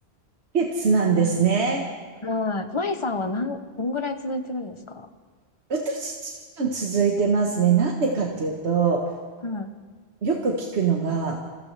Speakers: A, on the right; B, on the left.
A: 月なんですね。
B: はい。舞さんは何、どんぐらい続いてるんですか
A: 私、ずいぶん続いてますね。なんでかっていうと、
B: うん。
A: よく聞くのが、